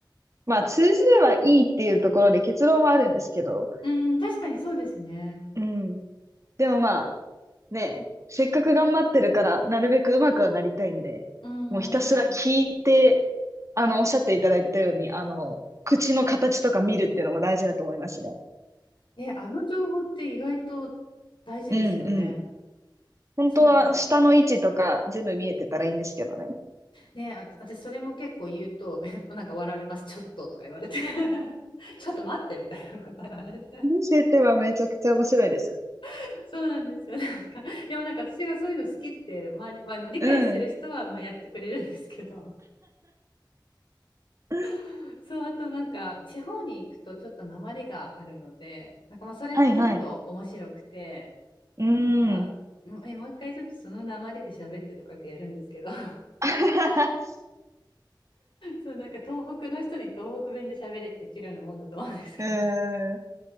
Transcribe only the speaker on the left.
うん、確かにそうですね。
うん。
ね、あの情報って意外と大事ですよね。
そう。ね、あ、私それも結構言うと、<laughs> なんか笑われます、ちょっととか言われて、<laughs> ちょっと待ってみたいなこと言われて。
<laughs> そうなんですよ。なんか、でもなんか私がそういうの好きって、まあ、まあの理解してる人はまあやってくれるんですけど、
<laughs> そう、あとなんか地方に行くとちょっと訛りがあるので、なんかまあそれもちょっと面白くて、
なんか、
もえ、もう一回ちょっとその訛りで喋ってとかってやるんですけど、<laughs>
そう、なんか東北の人に東北弁で喋れって言ってるようなもんだと思うんですけど。